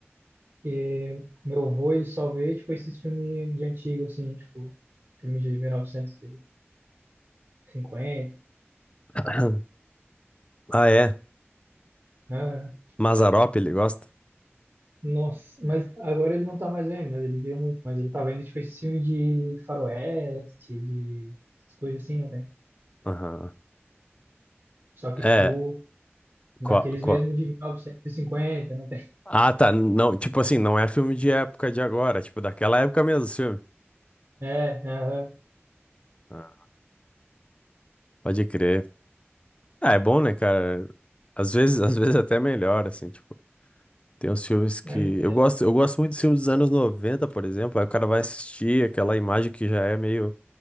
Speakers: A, on the right; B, on the left.
A: Porque o meu avô, ele só vê, tipo, esses filmes de antigo, assim, tipo, filme de 1900 e cinquenta,
B: <clears throat> Ah, é?
A: Ah,
B: Mazarop ele gosta?
A: nossa, mas agora ele não tá mais vendo, mas ele via muito. Mas ele tá vendo, tipo, esse filme de faroeste, de essas coisas assim, não tem?
B: Aham.
A: Só que,
B: É,
A: tipo, daqueles
B: qual,
A: mesmo de 1950, não tem? <laughs>
B: Ah, tá. Não, tipo assim, não é filme de época de agora, tipo daquela época mesmo, os filme.
A: É, aham.
B: Ah, pode crer. Ah, é bom, né, cara? Às vezes, às vezes até melhor, assim, tipo, tem uns filmes que
A: Imagina,
B: eu
A: né?
B: gosto, eu gosto muito dos filmes dos anos 90, por exemplo, aí o cara vai assistir aquela imagem que já é meio,